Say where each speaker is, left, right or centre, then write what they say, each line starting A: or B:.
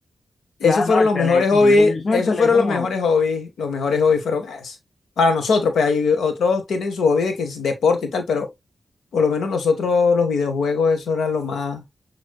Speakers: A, on the left; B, on the left.
A: Claro,
B: esos fueron
A: no, el
B: los
A: teléfono.
B: mejores hobbies,
A: Yo yo uso
B: esos
A: el teléfono
B: fueron los mejores
A: ahora.
B: hobbies, los mejores hobbies fueron eso. Para nosotros, pues hay otros tienen su hobby de que es deporte y tal, pero por lo menos nosotros los videojuegos, eso era lo más,